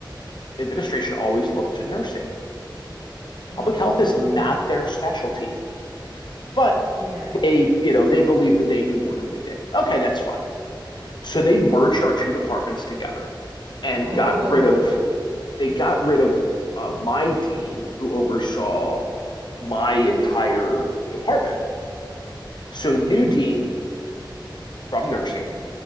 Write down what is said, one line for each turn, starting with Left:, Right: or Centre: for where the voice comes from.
Left: administration always looked to nursing.
Right: Oh,
Left: Public health is not their specialty, but
Right: yeah.
Left: they you know they believed that they knew more than we did. Okay, that's fine. So they merged our two departments together and
Right: Oh,
Left: got rid of they got rid of uh, my dean who oversaw my entire department. So new dean from nursing